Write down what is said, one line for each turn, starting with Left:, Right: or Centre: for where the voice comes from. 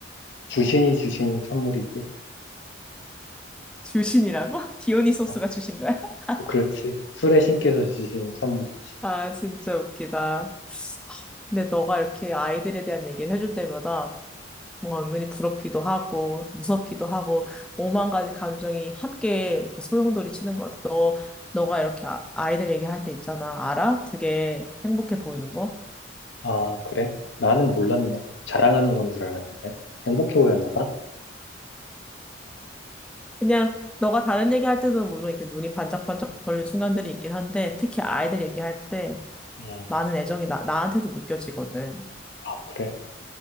Left: 주신이 주신 선물이지.
Centre: 주신이라고? <laughs> 디오니소스가
Left: 어,
Centre: 주신 거야? <laughs>
Left: 그렇지. 술에 신께서 주신 선물이지.
Centre: 아, 진짜 웃기다. 근데 너가 이렇게 아이들에 대한 얘기를 해줄 때마다 뭔가 은근히 부럽기도 하고 무섭기도 하고 오만 가지 감정이 함께 이렇게 소용돌이 치는 것 같아. 너 너가 이렇게 아- 아이들 얘기할 때 있잖아. 알아? 되게 행복해 보이는 거.
Left: 아, 그래? 나는 몰랐네. 자랑하는 건 줄 알았는데. 행복해 보였나 봐?
Centre: 그냥 너가 다른 얘기할 때도 물론 이렇게 눈이 반짝반짝 거리는 순간들이 있긴 한데 특히 아이들 얘기할 때
Left: 응.
Centre: 많은 애정이 나, 나한테도 느껴지거든.
Left: 아, 그래.